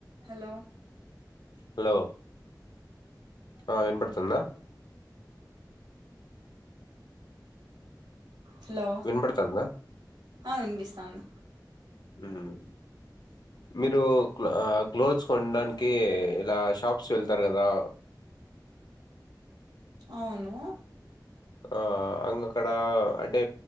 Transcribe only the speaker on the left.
హలో ఆ వినపడుతుందా
వినపడుతుందా
మ్మ్ మీరు క్లోత్స్ కొనడానికి ఇలా షాప్స్ వెళ్తారు కదా
ఆ అంగక్కడ అంటే